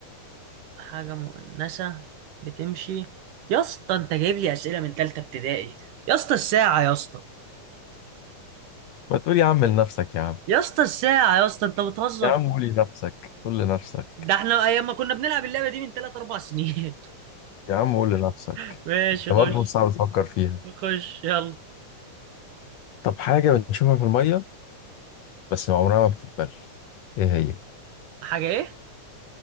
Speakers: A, on the right; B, on the left.
A: حاجة مؤنثة بتمشي يا اسطى انت جايب لي أسئلة من تالتة ابتدائي يا اسطى الساعة يا اسطى
B: ما تقول يا عم لنفسك يا عم
A: يا اسطى الساعة يا اسطى انت بتهزر
B: يا عم قول لنفسك قول لنفسك
A: ده احنا ايام ما كنا بنلعب اللعبة دي من تلات اربع سنين
B: يا عم قول لنفسك
A: <laughs> ماشي
B: أنت
A: خش
B: برضه مش صعب تفكر فيها
A: خش يلا
B: طب حاجة بنشوفها في المية بس عمرها ما بتتبل إيه هي؟
A: حاجة ايه